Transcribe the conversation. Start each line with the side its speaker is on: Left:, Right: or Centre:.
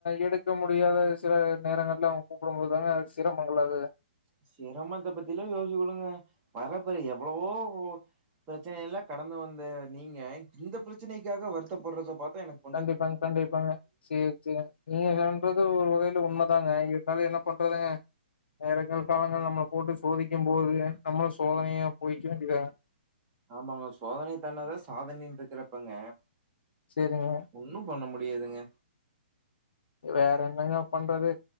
Left: எடுக்க முடியாத சில நேரங்கள்ல அவங்க கூப்பிடும் போது தாங்க சிரமங்கலதுல
Right: சிரமத்த பத்திலா யோசிக்க வுடுங்க வரப்போற எவ்ளவோ ஓ பிரச்சன எல்லா கடந்து வந்த நீங்க இந்த பிரச்சனைக்காக வருத்தப்படுறத பாத்தா எனக்
Left: கண்டிப்பாங்க கண்டிப்பாங்க சேரி செரி நீங்க கண்றது ஒரு வகையில உண்மதாங்க இருந்தாலு என்ன பண்றாதுங்க நேரங்கள் பாவங்கள் நம்மள போட்டு சோதிக்கும் போதுங்க நம்மளு சோதனையா போய்க்க வேண்டிதா
Right: ஆமாங்க சோதனைய தாண்டனவே சாதனைன் இருக்குறப்பங்க
Left: செரிங்க
Right: ஒன்னு பண்ண முடியாதுங்க
Left: வேற என்னங்க பண்றது